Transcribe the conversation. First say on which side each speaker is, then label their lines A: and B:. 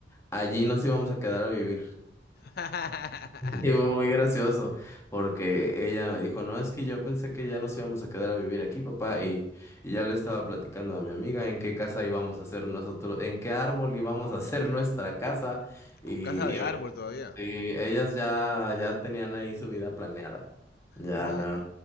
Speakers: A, on the left (about 15°); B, on the left (about 55°).
A: allí nos íbamos a quedar a vivir.
B: <laughs>
A: Y fue muy gracioso, porque ella me dijo, no, es que yo pensé que ya nos íbamos a quedar a vivir aquí, papá, y, y ya le estaba platicando a mi amiga en qué casa íbamos a hacer nosotros, en qué árbol íbamos a hacer <laughs> nuestra casa, y,
B: Con casa de
A: y
B: árbol todavía.
A: me- y ellas ya, ya tenían ahí su vida planeada. Ya,
B: No,
A: no,